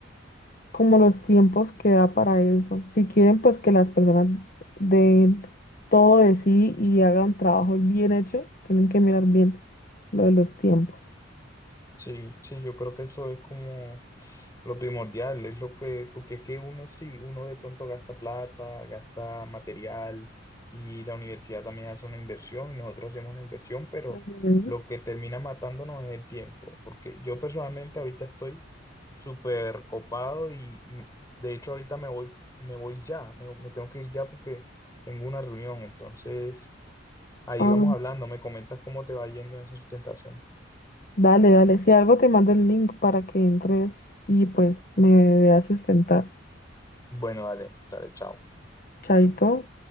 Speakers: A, on the left; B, on the left.
A: como los tiempos que da para eso. Si quieren, pues que las personas den todo de sí y hagan trabajo bien hecho, tienen que mirar bien lo de los tiempos.
B: Sí, sí, yo creo que eso es como lo primordial, es lo que, porque es que uno sí, uno de pronto gasta plata, gasta material y la universidad también hace una inversión y nosotros hacemos una inversión, pero
A: Ujú.
B: lo que termina matándonos es el tiempo, porque yo personalmente ahorita estoy súper copado y mm, de hecho ahorita me voy, me voy ya, me, me tengo que ir ya porque tengo una reunión, entonces... Ahí
A: Ah,
B: vamos hablando, me comentas cómo te va yendo en esa sustentación.
A: dale, dale. Si algo te mando el link para que entres y pues me veas sustentar.
B: Bueno, dale, dale, chao.
A: Chaito.